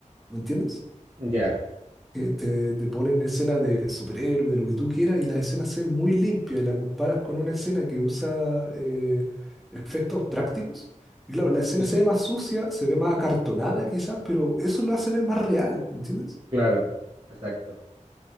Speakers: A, in the centre; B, on the right.
A: ¿Me entiendes?
B: Ya.
A: que te, te ponen escenas de superhéroes, de lo que tú quieras, y las escenas se ven muy limpias y la comparas con una escena que usa eh, efectos prácticos. Y claro, la escena
B: Sí, sí,
A: se ve más sucia, se ve más acartonada quizás, pero eso lo hace ver más real, ¿me entiendes?
B: claro, exacto.